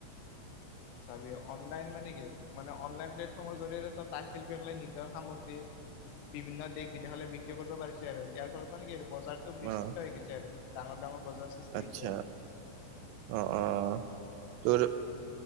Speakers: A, on the left; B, on the right.
A: চাবি অনলাইন মানে কি? মানে অনলাইন প্লেটফৰ্মৰ জৰিয়তে তাঁত শিল্পী সকলে নিজৰ সামগ্ৰী বিভিন্ন দেশ বিদেশলৈ বিক্ৰী কৰিব পাৰিছে আৰু, ইয়াৰ ফলৰ মানে কি আৰু বজাৰটো বিস্তৃত
B: অ
A: হৈ গৈছে আৰু, ডাঙৰ ডাঙৰ বজাৰ সৃষ্টি
B: আচ্ছা,
A: হৈছে আৰু
B: অ' আহ তোৰ